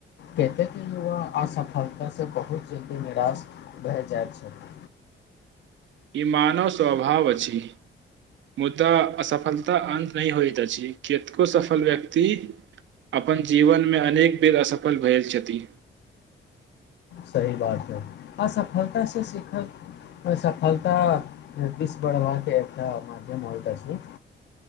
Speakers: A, on the left; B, on the right.
A: कतेकके युवा असफलतासँ बहुत जल्दी निराश भए जाइत छलै
B: ई मानव स्वभाव अछि मुदा असफलता अन्त नहि होइत अछि कतको सफल व्यक्ति अपन जीवनमे अनेक बेर असफल भेल छथि
A: सही बात हइ असफलतासँ सीखत सफलता दस बढ़बाक एकटा माध्यम होइतइत अछि अछि